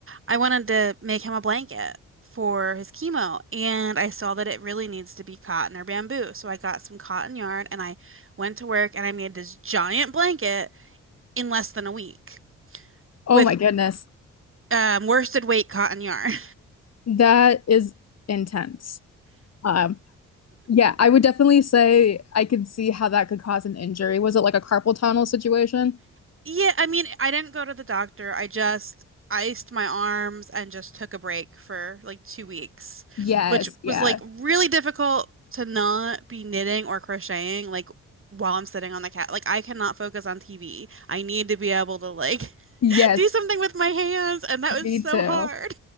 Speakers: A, on the right; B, on the left.
A: I wanted to make him a blanket for his chemo, and I saw that it really needs to be cotton or bamboo. So I got some cotton yarn, and I went to work, and I made this giant blanket in less than a week
B: Oh
A: with
B: my goodness.
A: um, worsted weight cotton yarn.
B: That is intense. Um, yeah, I would definitely say I could see how that could cause an injury. Was it like a carpal tunnel situation?
A: <laughs> yeah, I mean, I didn't go to the doctor. I just iced my arms and just took a break for like two weeks,
B: Yes,
A: which
B: yeah.
A: was like really difficult to not be knitting or crocheting like while I'm sitting on the cat. Like I cannot focus on TV. I need to be able to like
B: Yes,
A: <laughs> do something with my hands, and that was
B: me
A: so
B: too.
A: hard.